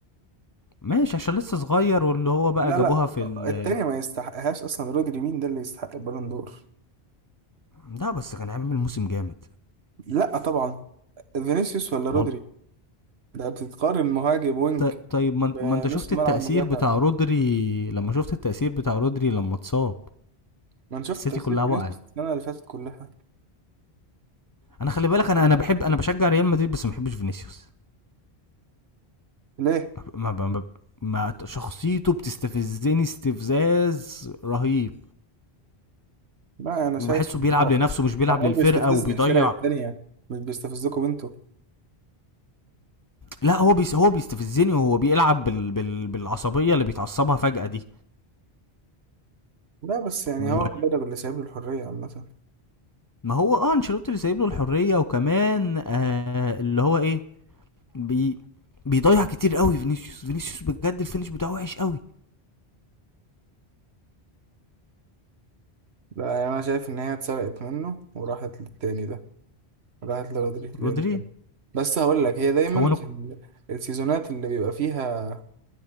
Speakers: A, on the left; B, on the right.
A: ماشي عشان لسه صغير واللي هو بقى
B: لا
A: جابوها
B: لا
A: في ال
B: التانية ما يستحقهاش أصلا رودري مين ده اللي يستحق البالون دور؟
A: ده بس كان عامل موسم جامد
B: لا طبعا فينيسيوس ولا رودري
A: والله
B: ده بتتقارن مهاجم وينج
A: ط- طيب ما انت-
B: بنص
A: ما انت شفت
B: ملعب
A: التأثير
B: مدافع
A: بتاع رودري لما شفت التأثير بتاع رودري لما اتصاب
B: ما أنا شفت
A: السيتي
B: تفسير
A: كلها
B: فينيسيوس
A: وقعت
B: السنة اللي فاتت كلها
A: انا خلي بالك انا انا بحب انا بشجع ريال مدريد بس ما بحبش فينيسيوس
B: ليه؟
A: ما, ما, ما, ما شخصيته بتستفزني استفزاز رهيب
B: لا أنا شايف
A: وبحسه
B: إن
A: بيلعب
B: هو
A: لنفسه مش بيلعب
B: هو
A: للفرقة
B: بيستفز
A: وبيضيع
B: الفرق التانية مش بيستفزكم انتوا
A: لا هو بيس هو بيستفزني وهو بيلعب بال... بال... بالعصبيه اللي بيتعصبها فجاه دي
B: لا بس يعني
A: وما
B: هو المدرب اللي سايب له الحرية عامة
A: هو اه انشيلوتي اللي سايب له الحريه وكمان آه اللي هو ايه بي... بيضيع كتير قوي فينيسيوس فينيسيوس بجد الفينش بتاعه وحش قوي
B: لا يعني أنا شايف إن هي اتسرقت منه وراحت للتاني ده راحت لرودريج لأن
A: رودري
B: بس هقول لك هي دايما
A: هو انا
B: في ال- السيزونات اللي بيبقى فيها